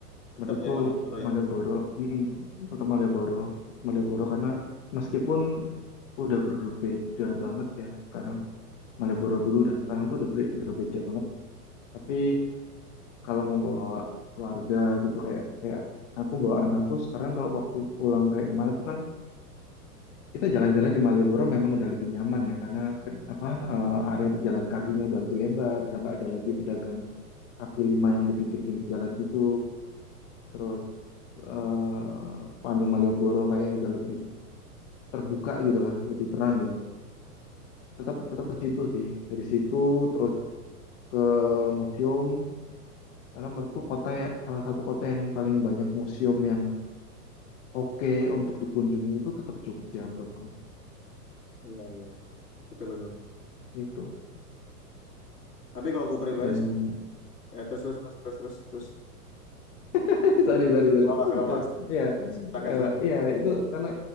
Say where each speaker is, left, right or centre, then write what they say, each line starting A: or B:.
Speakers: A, on the left; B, on the left.
A: tetap
B: menurutku
A: ya Malioboro
B: Malioboro
A: ya.
B: mm-mm, tetap Malioboro Malioboro karena meskipun udah berbeda banget ya sekarang Malioboro dulu dan sekarang tuh udah ber- udah beda banget tapi kalau mau bawa keluarga gitu kayak kayak aku bawa anakku sekarang kalau waktu pulang kayak kemarin tuh kan kita jalan-jalan di Malioboro memang udah lebih nyaman ya karena pe- apa eh, area pejalan kakinya udah lebih lebar udah nggak ada lagi pedagang kaki lima yang di pinggir-pinggir jalan gitu. Terus eh, sepanjang Malioboro kayaknya udah lebih terbuka gitu lah, lebih terang gitu. Tetap tetap ke situ sih. Dari situ terus ke museum karena menurutku kota ya salah satu kota yang paling banyak museum yang oke untuk dikunjungi itu tetap Jogja menurutku.
A: Iya, iya. Betul, betul.
B: Itu.
A: Tapi kalau aku pribadi
B: Dan
A: sih, ya terus, terus, terus, terus, terus. terus.
B: <laughs> Sorry, sorry, sorry.
A: Awas, awas.
B: Eh, Iya,
A: Silakan,
B: Eh,
A: silakan.
B: iya itu karena